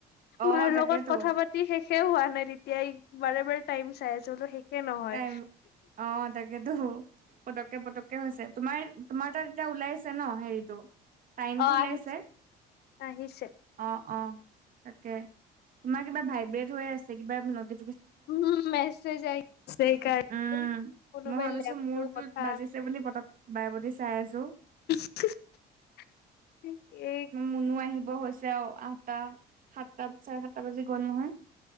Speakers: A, on the right (about 55°); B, on the left (about 75°).
A: অ
B: মাৰ
A: তাকেতো
B: লগত কথা পা তি শেষে হোৱা নাই তেতিয়া বাৰে বাৰে টাইম চাই আছো শেষে নহয়।
A: টাইম অ তাকেতো পটককে পটককে হৈছে। তোমাৰ তোমাৰ তাত এতিয়া ওলাই আছে ন হেৰিটো। টাইমটো
B: অ
A: ওলাইছে?
B: আহিছে আহিছে
A: অ অ তাকে তোমাৰ কিবা ভাইব্ৰেট হৈ আছে কিবা নতি
B: উম মেছেজ আহিছে সেইকাৰণে।
A: উম
B: কোনোবাই
A: মই ভাবিছো
B: লেপটোৰ
A: মূৰটোত
B: কথা
A: বাজিছে বুলি পতক বায় প্ৰতি চাই আছো।
B: <unintelligible>
A: মনো আহিব হৈছে আৰু আঠটা সাতটা চাৰে সাতটা বাজি গ'ল নহয়।